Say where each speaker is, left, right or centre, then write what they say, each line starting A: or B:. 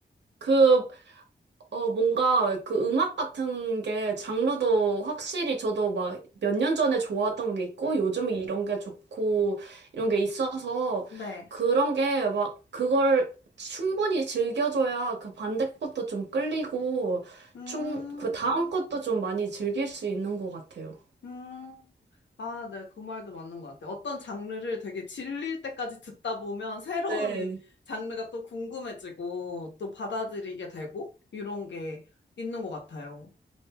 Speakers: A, on the right; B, on the left.
A: 그 어, 뭔가 그 음악 같은 게 장르도 확실히 저도 막 몇 년 전에 좋아하던 게 있고 요즘 이런 게 좋고 이런 게 있어서
B: 네.
A: 그런 게 막 그걸 충분히 즐겨줘야 그 반대 것도 좀 끌리고
B: 음.
A: 충, 그 다음 것도 좀 많이 즐길 수 있는 것 같아요.
B: 음, 아, 네, 그 말도 맞는 것 같아요. 어떤 장르를 되게 질릴 때까지 듣다 보면 새로운
A: 네.
B: 장르가 또 궁금해지고 또 받아들이게 되고 이런 게 있는 것 같아요.